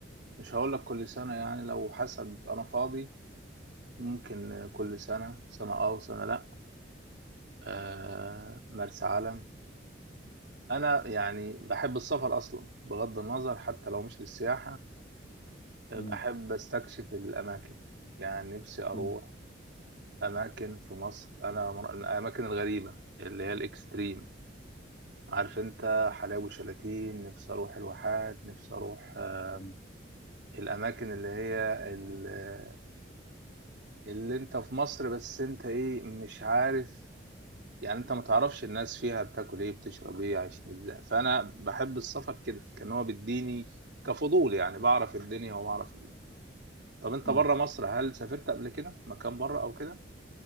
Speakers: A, on the right; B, on the left.
A: مش هقول لك كل سنة يعني لو حسب انا فاضي ممكن كل سنة سنة اه وسنة لا آه مرسى علم انا يعني بحب السفر اصلا بغض النظر حتى لو مش للسياحة آه،
B: مم.
A: بحب استكشف الاماكن يعني نفسي اروح
B: مم.
A: اماكن في مصر انا من من الاماكن الغريبه اللي هي الاكستريم عارف انت حلاوي وشلاتين نفسي اروح الواحات نفسي اروح آه،
B: مم.
A: الاماكن اللي هي ال- اللي انت في مصر بس انت ايه مش عارف يعني انت ما تعرفش الناس فيها بتاكل ايه بتشرب ايه عايشين ازاي فانا بحب السفر كده كان هو بيديني كفضول يعني بعرف الدنيا وبعرف ال- طب انت
B: مم.
A: بره مصر هل سافرت قبل كده مكان بره او كده